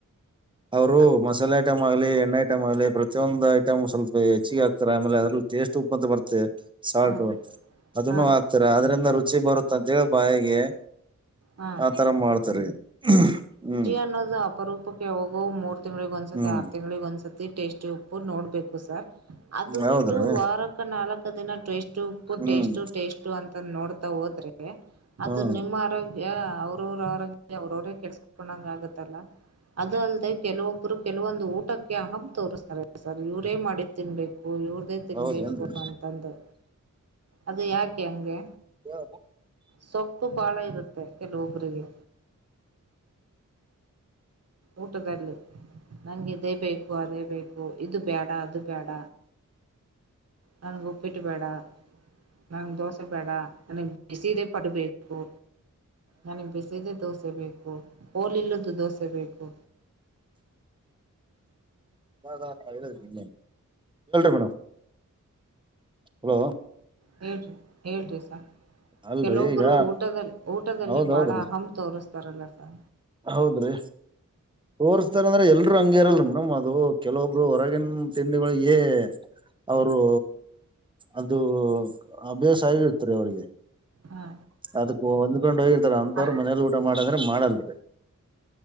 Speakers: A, on the right (about 15°); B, on the right (about 50°).
A: ಅವರು
B: ಅದ್
A: ಮಸಾಲೆ ಐಟಮ್ ಆಗ್ಲಿ ಎಣ್ಣ ಐಟಮ್ ಆಲಿ ಪ್ರತೊಂದು ಐಟ್ ಸ್ವಲ್ಪ ಹೆಚ್ಚಿಗೆ ಹ ಆಕ್ತಾರೆ ಆಮೇಲೆ ಅದ್ರಲ್ಲಿ ಟೇಸ್ಟ್ ಉಪ್ು ಬರ್ತದೆ ಸಾಲ್ಟು
B: ಹಾ
A: ಅದನ್ನು
B: ಹಾ
A: ಹಾಕ್ತಾರೆ ಅದ್ರಿಂದ ರುಚಿ ಬರುತ್ತ ಅಂತೇಳಿ ಬಾಯಿಗೆ
B: ಹಾ
A: ಆತರ ಮಾಡ್ತರಿ ಹ್ಮ್
B: ದಾ <inaudible> ಉಪ್ಪರ ಉಪ್ಪಕ್ಕೆ ಹೋಗು ಮೂರು ತಿಂಗಳಿಗೆ ಒಂದ್ಸತಿ
A: ಹ್ಮ್
B: ಆರು ತಿಂ್ಗಳಿಗೆ ಒಂದು್ಸತಿ ಟೇಸ್ಟಿ ಉಪ್ಪು ನೋಡಬೇಕು ಸರ್ ಅದು
A: ಹೌದ್ರಿ
B: ಬಿಟ್ಟು ವಾರಕ್ಕ ನಾಲ್ಕ ದಿನ ಟೇಸ್ಟ್ ಉಪ್ಪು
A: ಹ್ಮ್
B: ಟೇಸ್ಟ್ ಟೇಸ್ಟ್ ಅಂತ ನೋಡ್ತಾ ಹೋದ್ರೆ ಅದು
A: ಹ್ಮ್
B: ನಿಮ್ಮ ಆರೋಗ್ಯ ಅವ್ರವ್ರ ಅವ್ರ ಅವ್ರವ್ರೇ ಕೆಲ್ಸಕೊಂಡಂಗ ಆಗತ್ತಲ್ಲ ಅದ ಅಲ್ದೆ ಕೆಲವೊಬ್ರು ಕೆಲವೊಂದು ಊಟಕ್ಕೆ ಅಹಬ್ ತೋರಿಸ್ತಾರೆ ಸರ್ ಇವರೇ ಮಾಡಿ್ ತಿನ್ಬೇಕು ಇವ್ರದೇ ತಿನ್ಬೇಕು
A: ಹೌದೇನ್ರಿ
B: ಅಂತಂದು ಅದು ಯಾಕೆ ಹಂಗೆ
A: ಯ
B: ಸೊಪ್ಪು ಬಾಳ ಇರುತ್ತೆ ಕೆಲವೊಬರಿಗೆ ಊಟದಲ್ಲಿ ನಂಗೆ ಇದೇ ಬೇಕು ಅದೇ ಬೇಕು ಇದು ಬೇಡ ಅ ಬೇಡ ನನ್ ಉಪ್ಪಿಟ್ಟ ಬೇಡ ನಂ ದೋಸೆ ಬೇಡ ನನಗ್ ಬಿಸಿದೇ ಪಡಬೇಕು ನನಗ್ ಬಿಸಿದ ದೋಸೆ ಬೇಕು ಹೋಲ್ ಇಲ್ಲ್ದ ದೋಸೆ ಬೇಕು
A: ಹ ಹೇಳ್ರರಿ ಮೇಡಮ್ ಹಲೋ
B: ಹೇಳ್ರಿ ಹೇಳ್ರಿ ಸ
A: ಅಲ್ರರಿ
B: ಕೆಲವೊಬ್ಬರು
A: ಈಗ
B: ಊಟದಲ್ಲಿ
A: ಹೌದೌದ್ರಿ
B: ಬಾಳ ಅಹಂ್ ತೋರಿಸ್ತಾರಲ್ಲ ಸ
A: ಹೌದ್ರಿ ತೋರ್ಸ್ತಾರಂದ್ರ ಎಲ್ರು ಹಂಗೇರಲ್ ಮಡಮ್ ಅದು ಕೆಲವೊಬ್ರು ಹೊರಗಿನ ತಿಂಡಿಗಳಗೇ ಅವರು ಅದು ಅಭ್ಯಾಸ ಆಗಿರ್ತಾರೆ ಅವ್ರಿಗೆ
B: ಹಾ
A: ಅದಕ್ ಹೊಂದ್ಕೊಂಡ್ ಹೋಗಿರ್ತಾರ ಅಂಂತವ್ರ
B: ಹಾ
A: ಮನೇಲಿ ಊಟ ಮಾಡಂದ್ರೆ ಮಾಡಲ್ರಿ